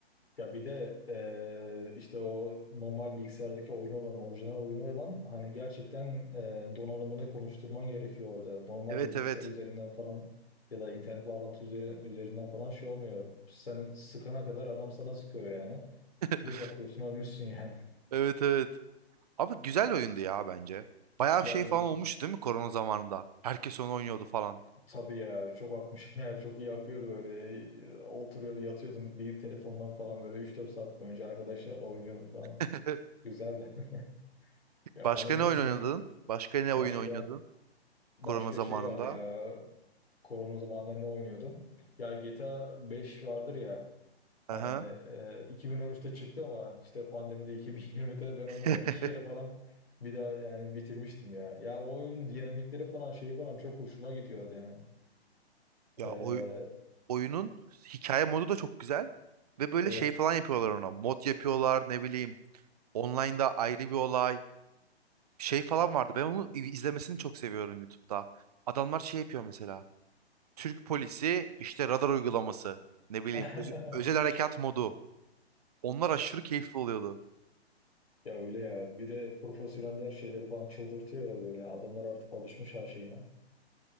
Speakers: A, on the left (about 65°); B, on the right (about 35°).
A: Ya bir de e, işte o normal bilgisayardaki oyunu olan, orijinal oyunu olan hani gerçekten e, donanımını konuşturman gerekiyor orada. Normal
B: Evet
A: bir bilgisayar
B: evet.
A: üzerinden falan ya da internet bağlantı üzeri- üzerinden falan şey olmuyor. Sen sıkana kadar adam sana sıkıyor yani.
B: <laughs>
A: Bir bakıyorsun ölmüşsün yani.
B: Evet evet. Ama güzel oyundu ya bence. Bayağı
A: <laughs> Yer
B: şey falan olmuştu değil mi korona zamanında? Herkes onu oynuyordu falan.
A: Tabii ya çok akmış <laughs> yani çok iyi akıyordu böyle E, oturuyordu yatıyordum bir telefondan falan böyle üç dört saat boyunca arkadaşlarla oynuyordum falan
B: <laughs>
A: güzeldi. <laughs> Ya
B: Başka
A: onun
B: ne
A: dışında
B: oyun oynadın? Başka ne oyun
A: başka
B: oynadın
A: başka
B: korona zamanında?
A: şey vardı ya korona zamanında ne oynuyordum? Ya GTA 5 vardır ya hani
B: Aha.
A: e, 2013'te çıktı ama işte pandemide 2020'de ben
B: <laughs>
A: onu iki kere falan bir daha yani bitirmiştim ya. Ya o oyunun dinamikleri falan şeyi falan çok hoşuma gidiyordu yani.
B: Ya
A: E,
B: oy- oyunun hikaye modu da çok güzel. Ve böyle
A: evet.
B: şey falan yapıyorlar ona. Mod yapıyorlar ne bileyim. Online'da ayrı bir olay. Şey falan vardı. Ben onu i- izlemesini çok seviyorum YouTube'da. Adamlar şey yapıyor mesela. Türk polisi işte radar uygulaması. Ne bileyim
A: <laughs>
B: öz- özel harekat modu. Onlar aşırı keyifli oluyordu.
A: Ya öyle ya. Bir de profesyoneller şeyleri falan çıldırtıyor ya böyle. Adamlar artık alışmış her şeyine.